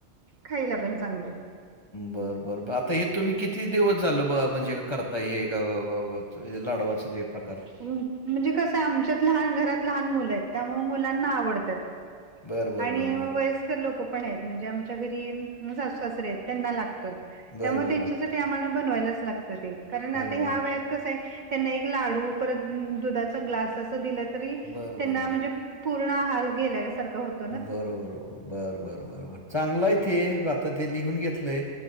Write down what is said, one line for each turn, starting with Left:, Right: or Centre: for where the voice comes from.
Right: खायला पण चांगलं.
Left: बरं, बर आता हे तुम्ही किती दिवस झाल ब म्हणजे करताय हे हे लाडवाच हे प्रकार.
Right: म्हणजे कसं आमच्यात लहान घरात, लहान मुलं आहेत त्यामुळ मुलांना आवडतात.
Left: बरं, बरं,
Right: आणि
Left: बरं, बरं.
Right: वयस्कर लोक पण आहेत म्हणजे आमच्या घरी सास -सासरे आहेत त्यांना लागतं
Left: बरं,
Right: त्यामुळे
Left: बरं,
Right: त्यांच्यासाठी
Left: बरं.
Right: आम्हाला बनवायलाच लागत ते कारण आता
Left: बरं,
Right: ह्या
Left: बरं.
Right: वयात कसं हाय. त्यांना एक लाडू परत दुधाचा ग्लास अस दिला तरी
Left: बरं,
Right: त्यांना
Left: बरं,
Right: म्हणजे
Left: बरं.
Right: पूर्ण आहार गेल्यासारखं होत.
Left: बरोबर, बरबर, बरबर चांगलाय ती, आता ते लिहून घेतलंय.